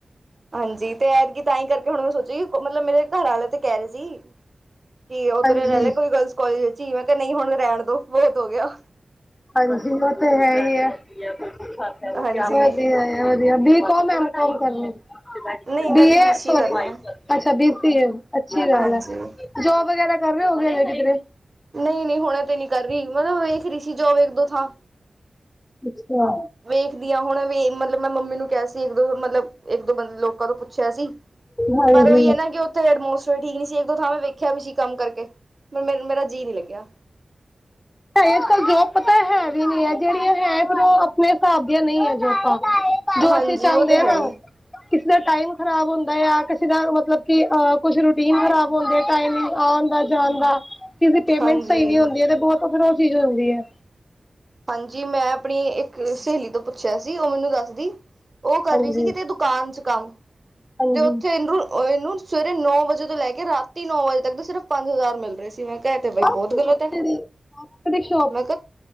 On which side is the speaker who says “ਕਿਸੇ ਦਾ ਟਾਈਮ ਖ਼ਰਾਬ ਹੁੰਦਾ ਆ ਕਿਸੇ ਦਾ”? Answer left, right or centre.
Left